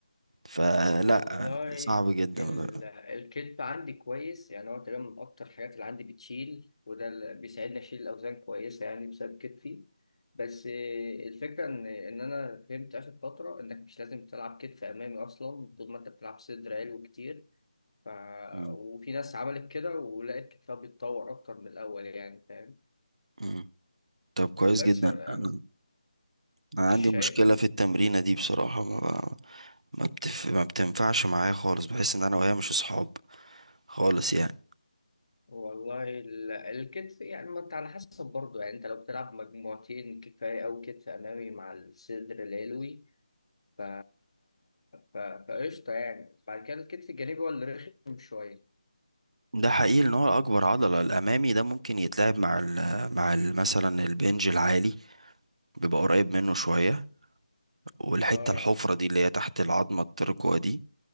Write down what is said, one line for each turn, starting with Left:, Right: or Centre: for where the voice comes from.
Right: فلا
Left: والله
Right: صعب جدا
Left: ال-
Right: بقى.
Left: الكتف عندي كويس يعني هو تقريبا من اكتر الحاجات اللي عندي بتشيل وده اللي بيساعدني اشيل الاوزان كويسه يعني بسبب كتفي بس آه، الفكره ان ان انا فهمت اخر فتره انك مش لازم تلعب كتف امامي اصلا طول ما انت بتلعب صدر عالي كتير ف...
Right: مم.
Left: وفي ناس عملت كده ولقيت كتابها بيتطور أكتر من الأول يعني فاهم
Right: مم. طب كويس
Left: بس
Right: جدا
Left: أنا
Right: انا انا
Left: شايف
Right: عندي مشكلة
Left: إن-
Right: في التمرينة دي بصراحة ما ب... ما بتف... ما بتنفعش معايا خالص بحس ان انا وهي مش اصحاب خالص يعني
Left: والله ال- الكتف يعني ما أنت على حسب برضه يعني أنت لو بتلعب مجموعتين كفاية أو كتف أمامي مع الصدر العلوي ف... ف... فقشطة يعني بعد كده الكتف الجانبي هو اللي رخم شوية
Right: ده حقيقي ان هو اكبر عضلة الامامي ده ممكن يتلعب مع ال... مع ال... مثلا البنج العالي بيبقى قريب منه شوية والحتة
Left: آه
Right: الحفرة دي اللي هي تحت العظمة الترقوة دي